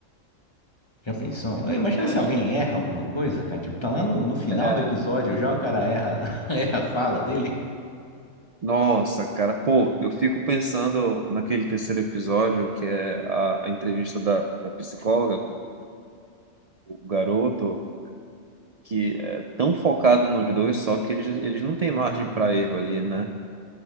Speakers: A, on the left (about 20°); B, on the right (about 40°).
A: Já pensou? Eh, Imagina
B: A viagem
A: se alguém
B: que.
A: erra alguma coisa, cara. Tipo, tá lá no, no final
B: É,
A: do episódio já o cara erra, <laughs> erra a fala dele.
B: nossa, cara, pô, eu fico pensando naquele terceiro episódio, que é a, a entrevista da, da psicóloga, com o garoto, que é tão focado nos dois, só que eles, eles não têm margem para erro ali, né?